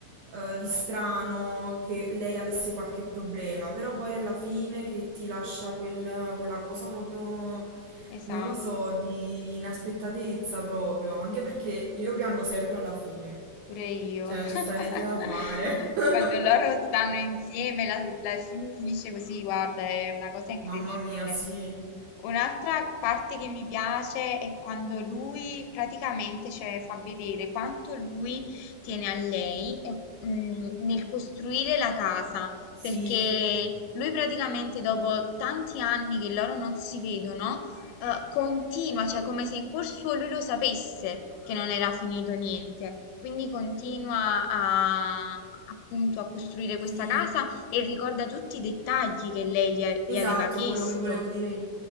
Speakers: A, on the right (about 80°); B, on the left (about 85°).
A: eh, di strano, che lei avesse qualche problema, però poi alla fine che ti lascia quel- quella cosa proprio,
B: esatto.
A: non lo so, di inaspettatezza proprio. Anche perché io piango sempre alla fine.
B: Pure io.
A: Cioè, non
B: <laughs>
A: ci sta niente da fare. <laughs>
B: Quando loro stanno insieme, la- la- il film finisce così, guarda, è una cosa incredibile.
A: Mamma mia, sì,
B: Un'altra parte che mi piace è quando lui praticamente cioè, fa vedere quanto lui tiene a lei e, mm, nel costruire la casa,
A: sì,
B: perché lui praticamente dopo tanti anni che loro non si vedono, eh, continua, cioè come se in cuor suo lui lo sapesse che non era finito niente, quindi continua a... appunto a costruire
A: sì.
B: questa casa e ricorda tutti i dettagli che lei gli a-
A: Esatto,
B: gli aveva chiesto.
A: quello che volevo dire io.